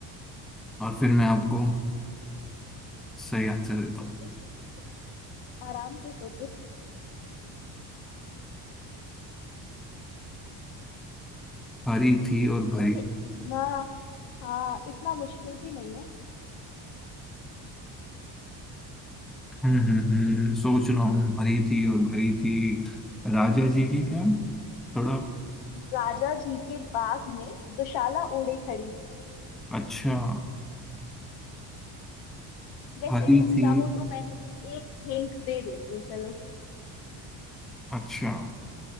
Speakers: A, in the centre; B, on the left.
A: और फिर मैं आपको
B: हाँ,
A: सही आंसर देता
B: बिल्कुल
A: हूँ
B: सोचो सोचो आराम से सोचो
A: हरी थी और भरी
B: वैसे
A: थी
B: इतना हाँ इतना मुश्किल भी नहीं है
A: हम्म हम्म हम्म, सोच रहा हूँ हरी थी और भरी थी राजा जी की क्या थोड़ा
B: राजा जी के बाग में दुशाला ओढ़े खड़ी थी
A: अच्छा
B: वैसे
A: हरी
B: तुम
A: थी
B: चाहो तो मैं तुम्हें एक हिंट दे देती हूँ चलो
A: अच्छा